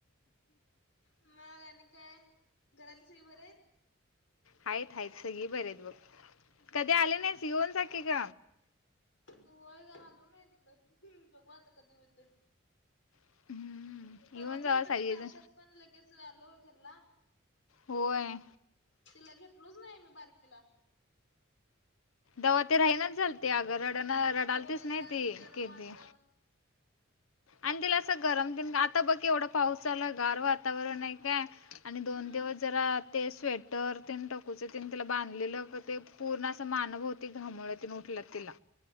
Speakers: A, on the left; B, on the left.
A: मग आणि काय घरातली सगळी बरी आहेत.
B: हायत हायत सगळी बरी आहेत बघ
A: हम्म
B: कधी आली नाहीस येऊन जाकीे ग
A: होय ग आलो नई तिकड बघू आता कधी होतय
B: हम्म
A: परवा
B: येऊन
A: दिवशी
B: जावा
A: पण
B: सगळेजण
A: ते बरश्यात पण लगेच आलो घरला
B: होय
A: तिला घेतलोच नाही आ मी बारकीेला
B: दवा ते राहीनाच झालती आगं रडण रडालतेच
A: होय रडालती
B: नाई ती
A: गरम
B: कती
A: आलत
B: आणि तिला असं गरम देन आता बघ केवढा पाऊस झाला गार वातावरण आहे काय आणि
A: हम्म
B: दोन दिवस जरा ते स्वेट तर तेन टकूच तेन तिला बांधलेलं ते पूर्ण असं मान भवती घामवल्या ऊठल्या तेन तिला